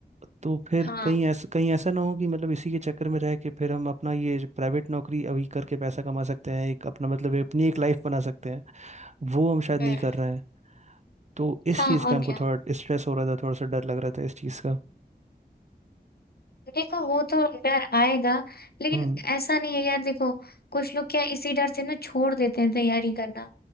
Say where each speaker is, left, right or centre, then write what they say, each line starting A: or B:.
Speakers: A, on the right (about 45°); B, on the left (about 65°).
A: तो फिर
B: हाँ
A: कहीं ऐसा कहीं ऐसा ना हो कि मतलब इसी के चक्कर में रह के फिर हम अपना ये प्राइवेट नौकरी अभी करके पैसा कमा सकते हैं एक अपना मतलब अपनी एक लाइफ बना सकते हैं वो हम शायद नहीं
B: हम्म
A: कर रहे हैं तो इस
B: हाँ
A: चीज़ का
B: और
A: हमको
B: क्या
A: थोड़ा स्ट्रेस हो रहा था थोड़ा सा डर लग रहा था इस चीज़ का
B: देखो वो तो डर आएगा लेकिन
A: हम्म
B: ऐसा नहीं है यार देखो कुछ लोग क्या इसी डर से ना छोड़ देते हैं तैयारी करना